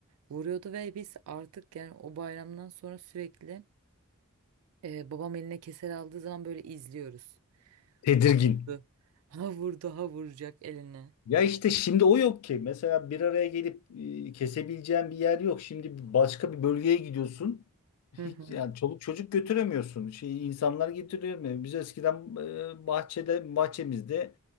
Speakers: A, on the right (about 75°); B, on the left (about 85°).
A: vuruyordu ve biz artık yani o bayramdan sonra sürekli e, babam eline keser aldığı zaman böyle izliyoruz.
B: Tedirgin.
A: Vurdu. Ha vurdu ha vuracak eline.
B: Ya işte şimdi o yok ki. Mesela bir araya gelip e, kesebileceğin bir yer yok. Şimdi başka bir bölgeye gidiyorsun.
A: Hı
B: Hiç
A: hı.
B: yani çoluk çocuk götüremiyorsun. Şey, insanlar getiriyor. Biz eskiden e, bahçede bahçemizde